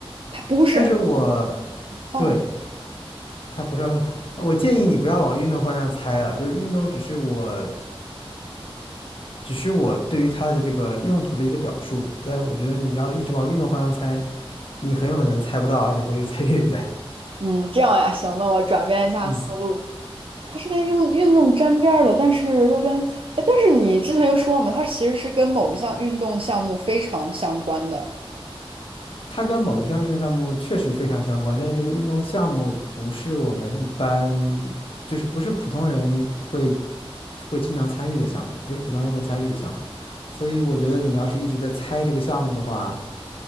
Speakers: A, on the right (about 65°); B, on the left (about 65°).
A: 它不是。
B: 但是我
A: 哦，
B: 对它不是奥运会，我建议你不要往运动方向猜了，就是运动只是我只是我对于它的这个用途的一个表述，但是我觉得你要一直往运动方向猜，你很有可能猜不到，而且会越猜越远。
A: 嗯，这样呀，行，那我转变一下思路。
B: 嗯。
A: 它是跟运运动沾边儿的，但是又跟，哎，但是你之前又说嘛，它其实是跟某一项运动项目非常相关的。
B: 它跟某一项运动项目确实非常相关，但是这个运动项目不是我们一般，就是不是普通人会会经常参与的项目，不是普通人会参与的项目。所以我觉得你要是一直在猜这个项目的话，